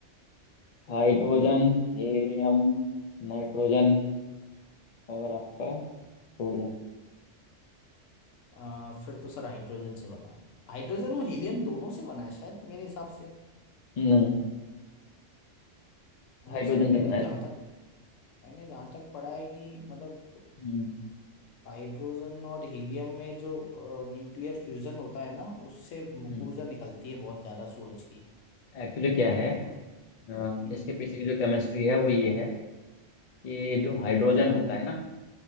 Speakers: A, on the left (about 55°); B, on the left (about 80°).
A: हाइड्रोजन हीलियम नाइट्रोजन और आपका सोडियम
B: आ, फिर तो सर हाइड्रोजन से बना है हाइड्रोजन और हीलियम दोनों से बना है शायद मेरे हिसाब से
A: नहीं
B: नहीं
A: हाइड्रोजन
B: सर मैंने
A: से बनाया
B: जहाँ
A: था
B: तक मैंने जहाँ तक पढ़ा है कि मतलब
A: हम्म
B: अ, हाइड्रोजन और हीलियम में जो अ, न्यूक्लियर फ्यूजन होता है ना उससे
A: हम्म
B: ऊर्जा निकलती है बहुत ज्यादा सूरज की
A: एक्चुअली क्या है
B: अ,
A: अ,
B: हम्म
A: इसके पीछे की जो केमिस्ट्री है वो ये है कि जो हाइड्रोजन होता है ना